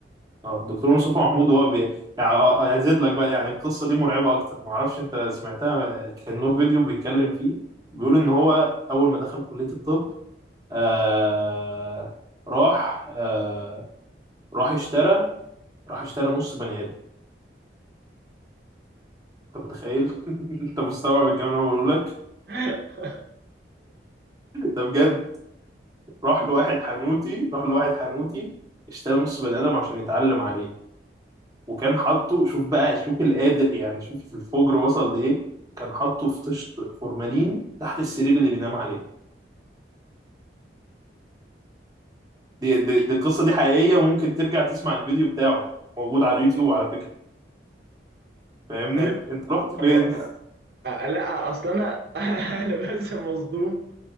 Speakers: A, on the right (about 20°); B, on the right (about 60°).
A: اه الدكتور مصطفى محمود هو بي... يعني آه، آه، ازيد لك بقى يعني القصه دي مرعبه اكتر ما اعرفش انت سمعتها كان له فيديو بيتكلم فيه بيقول ان هو اول ما دخل كليه الطب آه... راح آه... راح اشترى راح اشترى نص بني ادم انت متخيل <laughs> انت مستوعب الكلام اللي انا بقوله لك
B: <laughs>
A: ده بجد راح لواحد حنوتي راح لواحد حنوتي اشترى نص بني ادم عشان يتعلم عليه وكان حاطه شوف بقى شوف القادر يعني شوف الفجر وصل لإيه كان حاطه في طشت فورمالين تحت السرير اللي بينام عليه دي, دي, دي القصة دي حقيقية وممكن ترجع تسمع الفيديو بتاعه موجود على اليوتيوب على فكرة فاهمني
B: طب
A: انت رحت
B: طب
A: فين <laughs>
B: آه، لا اصل انا <laughs> انا بس مصدوم